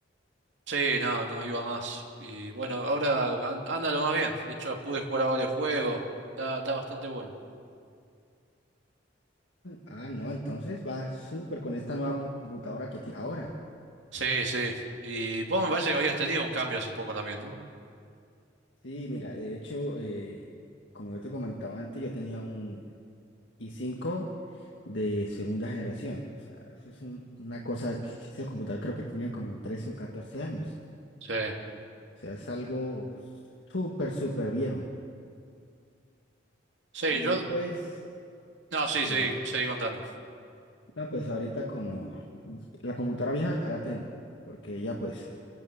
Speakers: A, on the right; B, on the left.
A: Sí, no, no iba más. Y bueno, ahora an- anda lo más bien. De hecho, pude jugar a varios juegos. Está, está bastante bueno.
B: Ah, no, entonces va súper con esta nueva computadora que tienes ahora.
A: Sí, sí. Y vos me parece que habías tenido un cambio hace poco también, ¿no?
B: Sí, mira, de hecho, eh, como yo te comentaba antes, yo tenía un, y 5 de segunda generación. O sea, eso es un- una cosa que ese computador creo que tiene como 13 o 14 años.
A: Sí.
B: O sea, es algo súper, súper viejo.
A: Sí,
B: Y
A: yo.
B: pues,
A: No, sí,
B: sí,
A: sí,
B: da.
A: seguí contando.
B: No, pues ahorita como la computadora vieja ya la tengo, porque ya pues